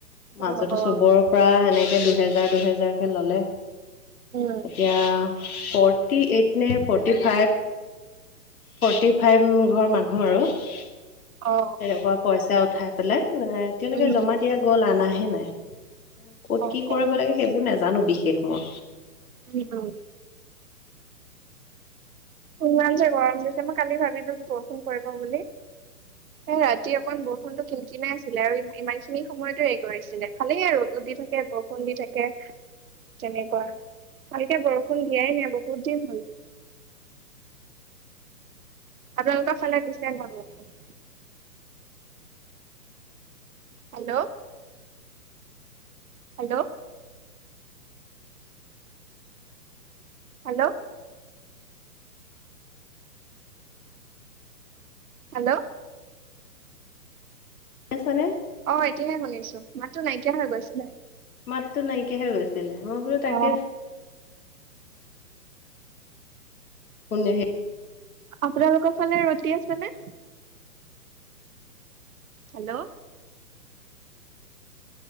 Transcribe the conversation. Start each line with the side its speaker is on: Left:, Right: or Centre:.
Left: মাজতে
Right: অ অ
Left: চবৰ পৰা এনেকে দুহেজাৰ দুহেজাৰ কে ললে,
Right: উম
Left: এতিয়া। ফৰ্টি এইট নে ফৰ্টি ফাইভ, ফৰ্টি ফাইভ ঘৰ মানুহ। ঘৰ আৰু তেনেকুৱা
Right: অ
Left: পইচা উঠাই। পেলাই এতিয়ালৈকে
Right: উম
Left: জমা দিয়া গ'ল আনাহে নাই। ক'ত
Right: অ
Left: কি কৰিব
Right: অ উম
Left: লাগে সেইবোৰ নাজানোঁ বিশেষ মই।
Right: উম', উম',। ইমান যে গৰম দিছে মই কালি ভাবিলোঁ যে কি বৰষুণ পৰিব বুলি। এ ৰাতি অকন বৰষুণটো কিন কিনাই আছিলে আৰু ইমান খিনি সময়তো হেৰি কৰাইছিলে, খালে আৰু ৰ'দত। দি থাকে বৰু দি থাকে। তেনেকুৱা, ভালকে বৰষুণ দিয়াই নাই বহুত দিন হ'ল। আপোনালোকৰ ফালে দিছে ন বৰষুণ? হেল্ল', ্ হেল্ল', ্ হেল্ল',। হেল্ল',।
Left: আছানে?
Right: অ', এতিয়াহে শুনিছোঁ, মাতটো নাইকিয়া হৈ গৈছিলে।
Left: মাতটো নাইকিয়া হয় গৈছিলে মই বোলো তাকে
Right: অ
Left: শুনে হে
Right: আপোনালোকৰ ফালে ৰ'দ দি আছে নে? Hello,